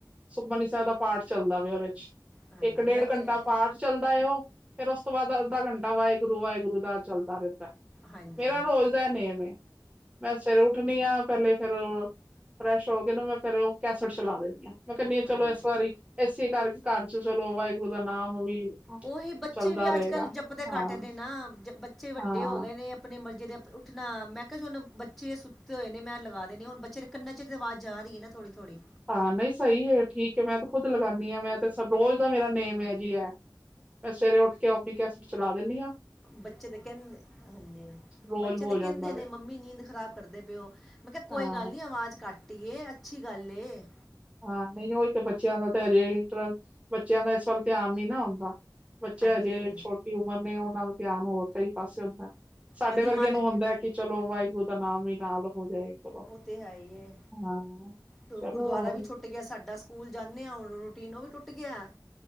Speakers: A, on the right; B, in the centre.
A: ਸੁਖਮਨੀ ਸਾਹਿਬ ਦਾ ਪਾਠ ਚੱਲਦਾ ਵਾ ਉਹਦੇ ਚ
B: ਹਾਂਜੀ
A: ਇੱਕ ਡੇਢ
B: ਮੈਂ
A: ਘੰਟਾ
B: ਤਾਂ
A: ਪਾਠ ਚੱਲਦਾ ਹੈ ਉਹ ਫੇਰ ਉਸ ਤੋਂ ਬਾਅਦ ਅੱਧਾ ਘੰਟਾ ਵਾਹਿਗੁਰੂ ਵਾਹਿਗੁਰੂ ਦਾ ਚੱਲਦਾ ਰਹਿੰਦਾ
B: ਹਾਂਜੀ
A: ਮੇਰਾ ਰੋਜ਼ ਰੋਜ਼ ਦਾ ਨੇਮ ਹੈ ਮੈਂ ਸਵੇਰੇ ਉੱਠਣੀ ਆ ਪਹਿਲੇ ਫੇਰ ਫਰੈਸ਼ ਹੋ ਕੇਨੂੰ ਮੈਂ ਫੇਿਰ ਉਹ ਕੈਸਟ ਚਲਾ ਦੇਣੀ ਆਾਂ ਮੈਂ ਕਹਿੰਨੀ ਹਾਂ ਚਲੋ
B: ਹਾਂਜੀ
A: ਇਸ ਵਾਰੀ ਇਸੇ ਕਰਕੇ ਘਰ ਚ ਚਲੋ ਵਾਹਿਗੁਰੂ ਦਾ ਨਾਮ ਵੀ
B: ਉਹੀ ਬੱਚੇ
A: ਚੱਲਦਾ
B: ਵੀ
A: ਰਹੇਗਾ
B: ਅੱਜ ਕੱਲ੍ਹ ਜਪਦੇ
A: ਹਾਂ
B: ਕੱਟ ਨੇ ਨਾ ਜ ਬੱਚੇ ਵੱਡੇ
A: ਹਾਂ
B: ਹੋ ਗਏ ਨੇ ਆਪਣੀ ਮਰਜ਼ੀ ਦੇ ਉੱਠਣਾ ਮੈਂ ਕਿਹਾੁਣ ਬੱਚੇ ਸੁੱਤੇ ਹੋਏ ਨੇ ਮੈਂਰ ਲਗਾਏ ਨੇ ਹੁਣ ਬੱਚੇ ਦੇ ਕੰਨਨਾ ਚਿਰ ਤੇ ਆਵਾਜ਼ ਜਾ ਰਹੀ ਹੈ ਨਾ ਥੋੜੀ ਥੜੀ
A: ਹਾਂ ਨਹੀਂ ਸਹੀ ਹੈ ਠੀਕ ਹੈ ਮੈਂ ਤੇ ਖੁਦ ਲਗਾਉਂਦੀ ਹਾਂ ਮੈਂ ਤੇ ਰੋਜ਼ ਦਾ ਮੇਰਾ ਨੇਮ ਹੈ ਜੀ ਹੈ ਮੈਂ ਸਵੇਰੇ ਉੱਠ ਕੇ ਆਪਣੀ ਕੈਸਟ ਚਲਾ ਦਿੰਦੀ ਆ
B: ਬੱਚੇ ਤੇ ਕਹਿੰਦੇ, ਹਾਂਜੀ,
A: ਰੋਜ਼
B: ਬੱਚੇ
A: ਹੋ
B: ਤੇ ਕਹਿੰਦੇ
A: ਜਾਂਦਾ ਵੇ
B: ਨੇ ਮੰਮੀ ਨੀਂਦ ਖ਼ਰਾਬ ਕਰਦੇ ਪਏਓ। ਮੈਂ ਕੇਆ ਕੋਈ
A: ਹਾਂ
B: ਗੱਲ ਨਈ, ਆਵਾਜ਼ ਕਾਟ ਈ ਏ, ਅੱਛੀ ਗੱਲ ਏ।
A: ਹਾਂ ਨਈ ਉਹੀ ਤੇ ਬੱਚਿਆਂ ਦਾ ਤੇ ਅਜੇ ਇਟਰਸਟ, ਬੱਚਿਆਂ ਦਾ ਇਸ ਵੱਲ ਧਿਆਨ ਨੀ ਨਾ ਹੁੰਦਾ। ਬੱਚੇ
B: ਹਾਂਜੀ
A: ਹਜੇ ਛੋਟੀ ਉਮਰ ਨੇ, ਉਹਨਾਂ ਦਾ ਧਿਆਨ ਹੋਰ ਕਈ ਪਾਸੇ ਹੁੰਦਾ। ਸਾਡੇ
B: ਕਦੀ
A: ਵਰਗੇਆਂ
B: ਮਨ
A: ਨੂੰ ਹੁੰਦਾ, ਕਿ ਚਲੋ ਵਾਹਿਗੁਰੂ ਦਾ ਨਾਮ ਹੀ ਨਾਲ ਹੋ ਜਾਏ। ਚਲੋ
B: ਉਹ ਤੇ ਹੈ ਈ ਏ,
A: ਹਾਂ
B: ਹੁਣ
A: ਚਲੋ
B: ਗੁਰਦੁਵਾਰਾ
A: ਹੋਰ
B: ਵੀ ਛੋ ਟੁੱਟ ਗਿਆ ਸਾਡਾ, ਸਕੂਲ ਜਾਂਦੇ ਆ, ਹੁਣ ਰੁ ਰੂਟੀਨ ਉਹ ਵੀ ਟੁੱਟ ਗਿਆ ਏ।